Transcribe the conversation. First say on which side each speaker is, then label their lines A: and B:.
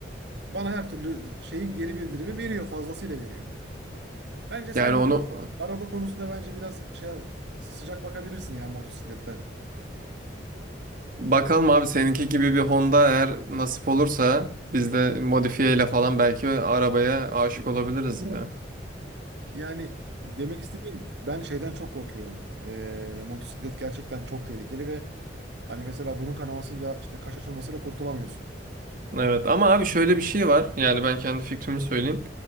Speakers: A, on the right; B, on the right.
A: Bana her türlü şeyi geri bildirimi veriyor, fazlasıyla veriyor. Bence sen
B: yani
A: de
B: onu
A: bir araba konusunda bence biraz şey sıcak bakabilirsin ya motosikletten.
B: bakalım abi seninki gibi bir Honda eğer nasip olursa biz de modifiye ile falan belki arabaya aşık olabiliriz ya.
A: Yani demek istediğim ben şeyden çok korkuyorum. Ee, motosiklet gerçekten çok tehlikeli ve hani mesela burun kanamasıyla işte kaş açılmasıyla kurtulamıyorsun.
B: Evet ama abi şöyle bir şey var. Yani ben kendi fikrimi söyleyeyim.